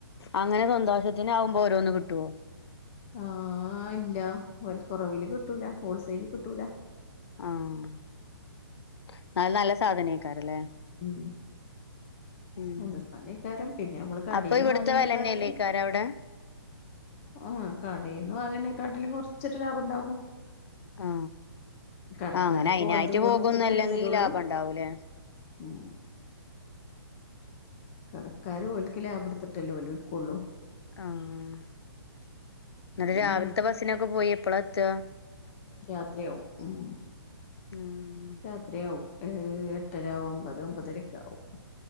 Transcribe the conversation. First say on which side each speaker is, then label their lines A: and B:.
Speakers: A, on the left; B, on the left.
A: അങ്ങനെ സ്വന്തം ആവശ്യത്തിന് ആകുമ്പോ ഓരോന്ന് കിട്ടോ?
B: ആഹ് ഇല്ല വെല കൊറവില് കിട്ടൂല ഹോൾസെയില് കിട്ടൂല.
A: ആഹ് ഇന്നാലും നല്ല സാധനേക്കാരെലേ?
B: ഉം
A: ഉം
B: നല്ല സാനേക്കാരം പിന്നെ നമ്മള് കടേന്ന്
A: അപ്പെ ഇവിട്ത്തെ
B: വാങ്ങുന്നേക്കാട്ടിലും
A: വെലന്നെല്ലേക്കാ രം അവടെ?
B: ആ കടേന്ന് വാങ്ങ്ണേകാട്ടിലും കൊറച്ചൊരു ലാഭം ഇണ്ടാവും.
A: ആ
B: കടക്കാരിപ്പോ
A: ആ അങ്ങനെ അയിനായിട്ട്
B: ഓല്തും കൂടി
A: പോകുന്നല്ലെങ്കി
B: ഇടുത്തിട്ടല്ലേ തരൊള്ളൂ.
A: ലാഭം ഉണ്ടാവൂലേ
B: ഉം കടക്കാര് ഓല്‌ക്ക് ലാഭ ഇടുത്തിട്ടല്ലേ ഓല് വിക്കൊള്ളൂ?
A: ആഹ് ഇന്നലെ
B: പിന്നെ
A: രാവില്ത്തെ
B: നമ്മക്ക്
A: ബസിനൊക്കെ പോയി എപ്പളാ എത്ത?
B: രാത്രിയാവും ഉം
A: ഉം
B: എട്ടരാവും ഏ് എട്ടര ഒമ്പത് ഒമ്പതരെക്കെ ആകും.